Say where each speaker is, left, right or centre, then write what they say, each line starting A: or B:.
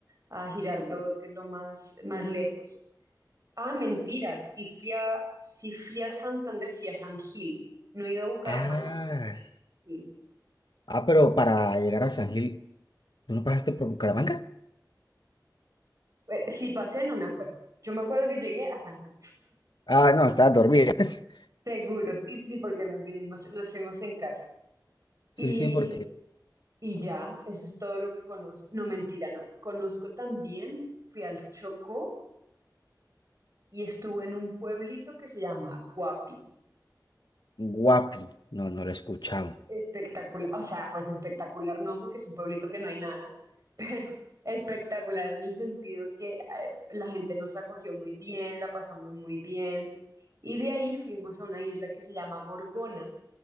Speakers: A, on the right; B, on the left.
A: a Girardot, que es lo más, más lejos. Ah, mentira, sí fui a, sí fui a Santander, fui a San Gil. No he ido a Bucaramanga,
B: Ah,
A: pero fui a San Gil.
B: Ah, pero para llegar a San Gil, ¿tú no pasaste por Bucaramanga?
A: Bueno, si pasé, no me acuerdo. Yo me acuerdo que llegué a San Gil.
B: Ah, no, estabas dormida. <laughs>
A: Seguro, sí, sí, sí, porque nos vinimos, nos fuimos en carro. y
B: Sí, sí, porque
A: Y ya, eso es todo lo que conozco. No, mentira, no. Conozco también, fui al Chocó y estuve en un pueblito que se llama Guapi.
B: Guapi, no, no lo he escuchado.
A: Espectacular, o sea, pues espectacular no, porque es un pueblito que no hay nada, pero <laughs> espectacular en el sentido que eh, la gente nos acogió muy bien, la pasamos muy bien. Y de ahí fuimos a una isla que se llama Gorgona,